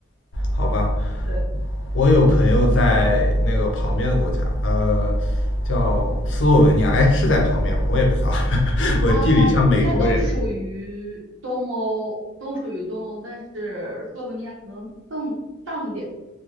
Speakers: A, on the left; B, on the right.
A: 好吧，
B: 对
A: 我有朋友在那个旁边的国家，呃，叫斯洛文尼亚，哎，是在旁边吗？我也不知道，<laughs> 我地理像美国人。
B: 啊，应该都属于东欧，都属于东欧，但是斯洛文尼亚可能更。上一点。